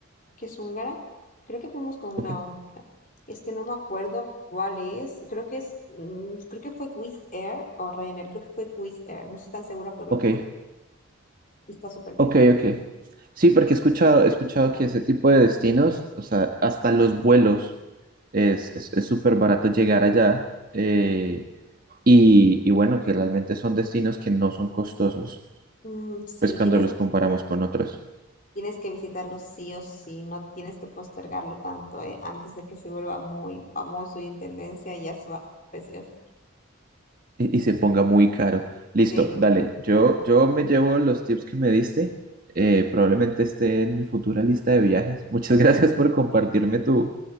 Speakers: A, on the left; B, on the right.
A: que es húngara, creo que fuimos con una
B: Ok,
A: húngara, es que no me acuerdo cuál es, creo que es, mm, creo que fue Wizz Air o Ryanair, creo que fue Wizz Air, no estoy tan segura, pero creo
B: ok,
A: que fue, y está súper bien.
B: ok, ok. Sí, porque he escuchado, he escuchado que ese tipo de destinos, o sea, hasta los vuelos, es es- es súper barato llegar allá. eh, Y, y bueno, que realmente son destinos que no son costosos,
A: Mm, sí,
B: pues cuando
A: tienes
B: los comparamos con otros
A: Tienes que visitarlo sí o sí, no tienes que postergarlo tanto, ¿eh? Antes de que se vuelva muy famoso y en tendencia y ya suba los precios.
B: y, y se ponga muy caro. Listo,
A: Sí.
B: dale, yo, yo me llevo los tips que me diste, eh,
A: Ujú.
B: probablemente esté en mi futura lista de viajes. Muchas <laughs> gracias por compartirme tu,